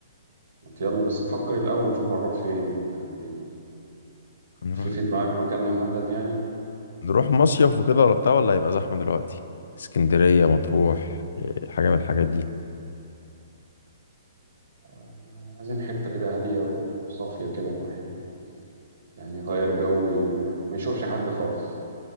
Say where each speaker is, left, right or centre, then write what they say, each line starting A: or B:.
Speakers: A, on the right; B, on the left.
A: ما يلا بس نفكر الاول نشوف هنروح فين ولا هنعمل ايه
B: هنروح
A: في في دماغك مكان محدد يعني
B: نروح مصيف وكده ولا بتاع ولا هيبقى زحمه دلوقتي اسكندريه مطروح إيه، حاجه من الحاجات دي
A: احنا عايزين حتة كده هادية وصافية كده الواحد يعني يغير جو ما ما يشوفش حد خالص